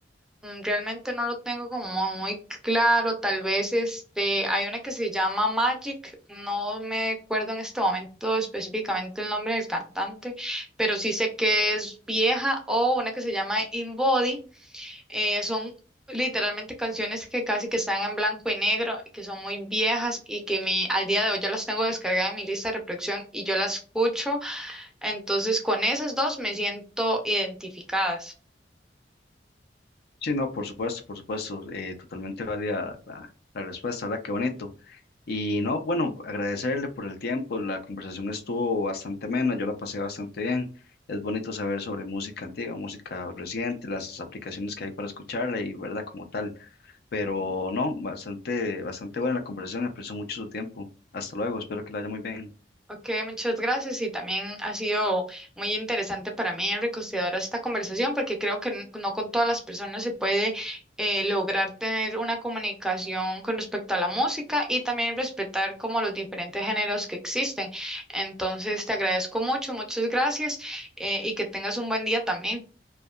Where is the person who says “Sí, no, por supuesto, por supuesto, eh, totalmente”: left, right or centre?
Left